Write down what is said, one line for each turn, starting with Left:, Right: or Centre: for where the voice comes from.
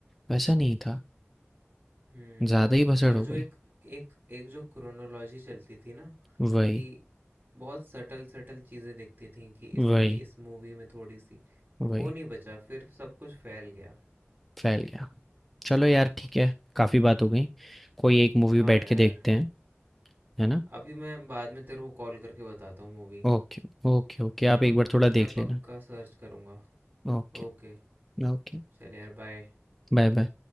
Centre: वैसा नहीं था।
Right: हम्म
Centre: ज़्यादा ही भसड़
Right: और
Centre: हो
Right: जो
Centre: गई।
Right: एक एक एक जो क्रोनोलॉजी चलती थी ना
Centre: वही,
Right: कि बहुत सटल सटल चीज़ें दिखती थी कि
Centre: वही,
Right: इसकी इस मूवी में थोड़ी सी
Centre: वही।
Right: वो नहीं बचा फिर सब कुछ फैल गया
Centre: फैल गया चलो यार ठीक है काफ़ी बात हो गई कोई एक मूवी
Right: हाँ
Centre: बैठ
Right: यार
Centre: के देखते हैं है ना
Right: अभी मैं बाद में तेरे को कॉल करके बताता हूँ मूवी
Centre: ओके ओके ओके
Right: है
Centre: आप
Right: ना
Centre: एक बार थोड़ा
Right: मैं
Centre: देख
Right: पक्का
Centre: लेना
Right: सर्च करूँगा
Centre: ओके
Right: ओके
Centre: ओके
Right: चल यार बाय
Centre: Bye bye